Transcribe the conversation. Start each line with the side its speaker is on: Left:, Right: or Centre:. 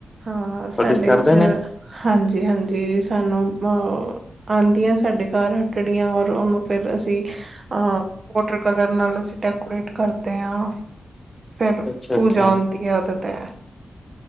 Right: ਹਾਂ।
Left: ਤੁਹਾਡੇ
Right: ਸਾਡੇ
Left: ਕਰਦੇ
Right: ਚ
Left: ਨੇ
Right: ਹਾਂਜੀ ਹਾਂਜੀ ਸਾਨੂੰ ਅ ਆਉਂਦੀਆਂ ਸਾਡੇ ਘਰ ਹੱਟੜੀਆਂ ਔਰ ਉਹਨੂੰ ਫਿਰ ਅਸੀਂ ਅ ਵੋਟਰ ਕਲਰ ਨਾਲ ਅਸੀਂ ਡੈਕੋਰੇਟ ਕਰਦੇ ਹਾਂ ਫਿਰ
Left: ਅੱਛਾ
Right: ਪੂਜਾ
Left: ਅੱਛਾ
Right: ਆਂਦੀ ਉਹਦੇ ਤੇ